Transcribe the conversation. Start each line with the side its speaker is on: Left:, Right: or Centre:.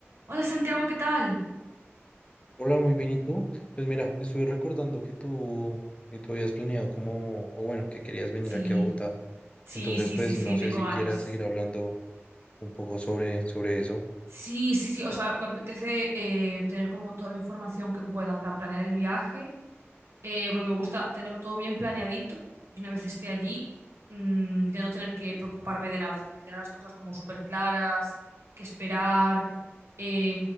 Right: Hola Santiago, ¿qué tal?
Left: Hola, muy bien, ¿y tú? Pues mira, estuve recordando que tú, que tú habías planeado como, o bueno, que querías venir
Right: Sí,
Left: aquí a Bogotá.
Right: sí,
Left: Entonces,
Right: sí,
Left: pues
Right: sí, sí,
Left: no
Right: tengo
Left: sé si
Right: ganas.
Left: quieras seguir hablando un poco sobre, sobre eso.
Right: Sí, sí, sí, o sea, me apetece eh, tener como toda la información que pueda para planear el viaje, eh, porque me gusta tenerlo todo bien planeadito y una vez esté allí, mm, ya no tener que preocuparme de nada, es decir, tener las cosas como súper claras, qué esperar, eh,